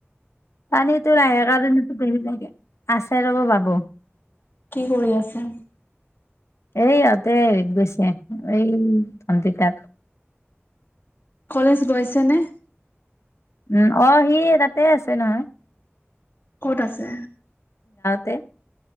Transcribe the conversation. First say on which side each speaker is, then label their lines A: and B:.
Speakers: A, on the left; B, on the left.
A: পানীটো <unintelligible> আছে ৰ'ব বাবু
B: কি কৰি আছে
A: এই ইহঁতে হেৰিত গৈছে এই ভণ্টিৰ তাত
B: কলেজ গৈছে নে?
A: উম, অ, সি তাতে আছে নহয়।
B: ক'ত আছে।
A: তে